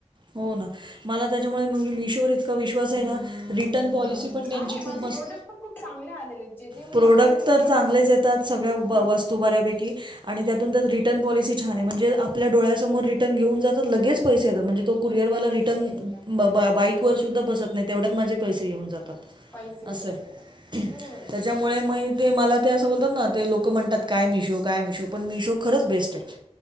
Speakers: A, on the right (about 40°); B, on the left (about 15°).
A: हो ना मला त्याच्यामुळे मिशोवर इतका विश्वास आहे ना. रिटर्न पॉलिसी
B: हा
A: पण, त्यांची
B: आहे
A: खूप
B: माझे
A: मस्त
B: प्रोडक्ट पण खूप चांगले आलेले जे जे मी
A: प्रोडक्
B: मागितले
A: तर
B: ना.
A: चांगलेच येतात सगळ्या
B: हा
A: वस्तू बऱ्यापैकी, आणि त्यातून त्या रिटर्न पॉलिसी छान आहे म्हणजे आपल्या डळ्यासमोर रिटन घेऊन जातात आणि लगेच पैसे येतात म्हणजे तो कुरिअरवाला
B: लगेच
A: रिटर्न
B: पैसे येतात.
A: बा बाईकवरर
B: हम्म.
A: सुद्धा बसत नाही? तेवढ्यात माझे पैसे येऊन जातात.
B: पैसे
A: असं
B: येऊन जातात
A: हे
B: बरोबर आहे
A: त्याच्यामुळे
B: छान आहे
A: म ते मला ते असं बोलतात ना ते लोकं म्हणतात काय मिशो काय मिशो पण म मिशो खरंच बेस्ट आहे.